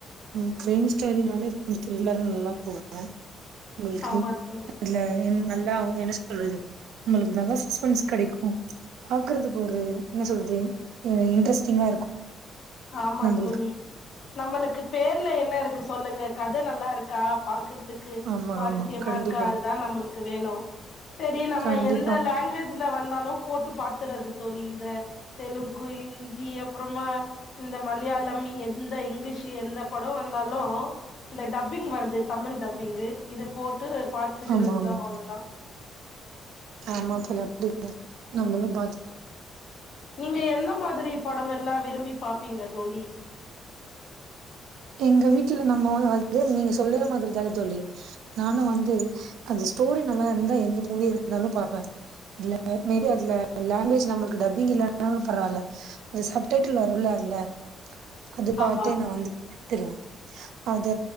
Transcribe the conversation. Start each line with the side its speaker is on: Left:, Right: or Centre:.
Right: ம் க்ரைம் ஸ்டோரினாலே கொஞ்ச த்ரில்லரா நல்லா போகு உங்களுக்கு
Left: ஆமா தோழி
Right: அதுல நல்லா என்ன சொல்றது உங்களுக்கு நல்லா சஸ்பென்ஸ் கடைக்கு பாக்குறதுக்கு ஒரு என்ன சொல்றது அ இன்ட்ரெஸ்டிங்கா இருக்கு
Left: ஆமா
Right: நம்மளுக்கு
Left: தோழி நம்மளுக்கு பேர்ல என்ன இருக்கு சொல்லுங்க கத நல்லா இருக்கா பாக்குறதுக் கு
Right: ஆமா
Left: சுவாரசியமா
Right: ஆமா கண்டிப்பா
Left: இருக்கா அதுதா நம்மளு கு வேணு சேரி நம்ம
Right: கண்டிப்பா
Left: எந்த லங்குவேஜ்ல வந்தாலு போட்டு பாத்துறது தோழி இந்த தெலுங்கு ஹிந்தி அப்புறமா இந்த மலையாளம் எந்த இங்லீஷ் எந்த படோ வந்தாலு இந்த டப்பிங் வருது தமிழ் டப்பிங்கு இத போட்டு பாத்துக்கிறதுதா
Right: ஆமா ஆமா
Left: அவ்ளதா
Right: ஆமா தோழி அப்டிதா நம்மலு பாத்துக்கலா
Left: நீங்க எந்த மாதிரி படம் எல்லா விரும்பி பாப்பீங்க தோழி
Right: எங்க வீட்ல நம்ம வந்து நீங்க சொல்லே மாதிரி தான தோழி நானு வந்து அந்த ஸ்டோரி நல்லா இருந்தா எந்த மூவி இருந்தாலு பாப்ப இல்ல மேரி அதுல லாங்குவேஜ் நம்மளுக்கு டப்பிங் இல்லாட்னாலு பரவால்ல அந்த சப் டைட்டில் வருல்ல அத்ல அது பாத்து
Left: ஆமா
Right: நா வந்து பாத்துருவ அத